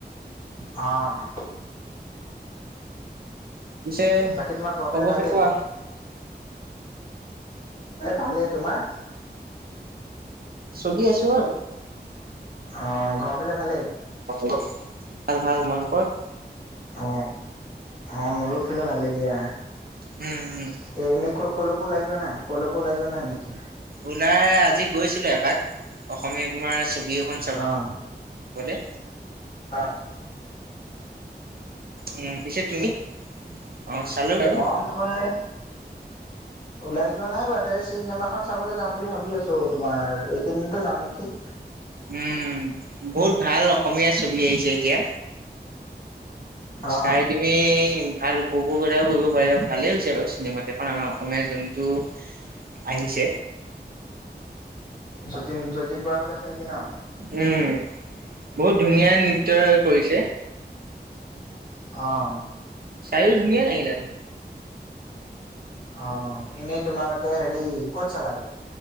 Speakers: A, on the left; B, on the right.
A: অ'।
B: পিছে
A: বাকী তোমাৰ ঘৰৰ ফালে
B: খবৰ
A: ভালেই
B: খাতি কোৱা?
A: ভালেই। তোমাৰ?
B: চলি আছোঁ আৰু।
A: অ' ঘৰৰ ফালে ভালেই?
B: অ' ভাল ভাল। তোমালোকৰ?
A: অ', অ' মোৰো ফালে ভালেই দিয়া।
B: উম, উম।
A: এ, এনেকুৱা ক'লকো ওলাই যোৱা নাই, ক'লকো ওলাই যোৱা নাই নেকি?
B: ওলাই আজি গৈছিলো এপাক, অসমীয়া তোমাৰ এখন
A: অ'
B: চাবলে
A: আ
B: উম, পিছে তুমি? অ' চালো বাৰু।
A: মই তোমাৰ ওলাই যোৱা নাই বাৰুতে, চিনেমাখন চাবলৈ যাম বুলি ভাবি আছোঁ তোমাৰ এইকেইদিনতে যাওঁ নেকি।
B: উম, বহুত ভাল অসমীয়া ছবি আহিছে এতিয়া।
A: অ
B: চাই দিম। তুমি ভাল উপভোগ এটাও কৰিব পাৰিব, ভালেই হৈছে বাৰু, চিনেমাকেইখন আমাৰ অসমীয়া যোনটো আহিছে।
A: যতীন যতিন বৰাহত আছে নেকি ন'?
B: উম, বহুত ধুনীয়া নৃত্য কৰিছে।
A: অ'।
B: চাইও ধুনীয়া লাগিল আজি।
A: অ এনেই তোমালোকে হেৰি ক'ত চালাৈ